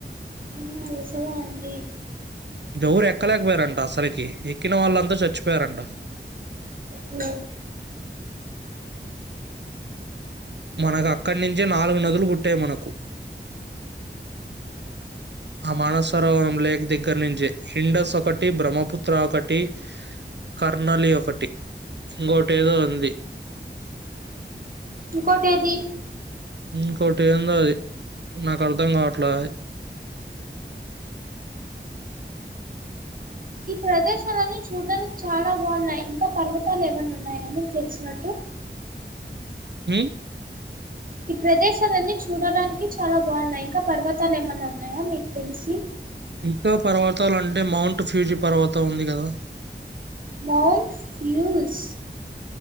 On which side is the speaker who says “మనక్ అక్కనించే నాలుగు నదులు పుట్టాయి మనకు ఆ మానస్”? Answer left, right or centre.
Right